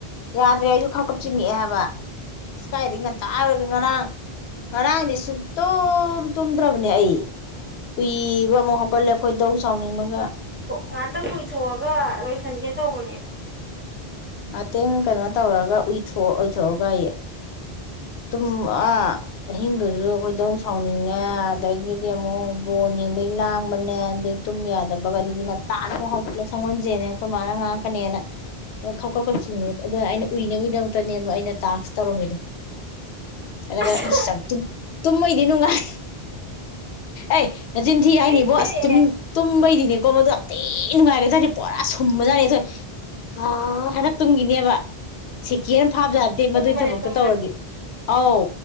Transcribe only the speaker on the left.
ꯌꯥꯗ꯭ꯔꯦ ꯑꯩꯁꯨ ꯈꯥꯞ ꯀꯞ ꯆꯤꯡꯉꯛꯑꯦ ꯍꯥꯏꯕ ꯑꯁ ꯀꯥꯏꯗꯩ ꯉꯥꯟꯇꯥ ꯉꯥꯔꯥꯡ ꯉꯔꯥꯡꯗꯤ ꯁꯨꯡꯇꯣꯝ ꯇꯨꯝꯗ꯭ꯔꯕꯅꯦ ꯑꯩ ꯎꯨꯏꯕ ꯑꯃꯨꯛ ꯍꯧꯒꯠꯂꯦ ꯈꯣꯢꯗꯧ ꯁꯥꯎꯅꯤꯡꯕꯒ
ꯉꯥꯛꯇꯪ ꯀꯩꯅꯣ ꯇꯧꯔꯒ ꯎꯨꯏꯊꯣꯛ ꯎꯨꯏꯊꯣꯛꯑꯒ ꯇꯨꯝ ꯑꯥ ꯑꯍꯤꯡꯗꯨꯁꯨ ꯈꯣꯏꯗꯧ ꯁꯥꯎꯅꯤꯡꯉꯦ ꯑꯗꯒꯤꯗꯤ ꯑꯃꯨꯛ ꯕꯣꯟ ꯌꯦꯡꯕꯩ ꯂꯥꯡꯕꯅꯦ ꯑꯗꯨ ꯇꯨꯝ ꯌꯥꯗꯕꯒꯗꯤ ꯉꯥꯟꯇꯥꯅꯒ ꯍꯧꯒꯠꯂꯦ ꯁꯪꯒꯣꯟꯁꯦꯟꯅꯦ ꯑꯩꯈꯣꯏ ꯃꯥꯅ ꯉꯥꯛꯀꯅꯦꯅ ꯈꯥꯎꯀꯥ ꯈꯧꯞꯆꯤꯡꯉꯦ ꯑꯗ ꯑꯩꯅ ꯎꯏꯅꯕꯒꯤꯗꯃꯛꯇꯅꯦꯕ ꯑꯩꯅ ꯇꯥꯛꯁ ꯇꯧꯔꯝꯃꯤꯗꯣ ꯆꯠꯂꯒ
ꯑꯗꯨꯁꯨ ꯌꯥꯝ ꯇꯨꯝꯃꯩꯗꯤ ꯅꯨꯡꯉꯥꯜꯂꯤ ꯑꯩ ꯅ ꯆꯤꯟꯊꯤ ꯍꯥꯏꯅꯤꯕꯣ
ꯑꯁ ꯇꯨꯝ ꯇꯨꯝꯕꯩꯗꯤꯅꯦꯀꯣ ꯃꯗꯨ ꯑꯇꯩ ꯅꯨꯡꯉꯥꯏꯔꯦ ꯑꯗꯨꯇꯥꯔꯗꯤ ꯄꯨꯔꯥ ꯁꯨꯝꯕꯖꯥꯠꯦꯗꯣꯏ ꯑ ꯍꯟꯗꯛ ꯇꯨꯝꯒꯤꯅꯦꯕ ꯁꯤꯀꯦꯅ ꯐꯥꯕꯖꯗꯦ
ꯃꯗꯨꯒꯤ ꯊꯕꯛꯇꯣ
ꯇꯧꯔꯗꯤ ꯑꯧ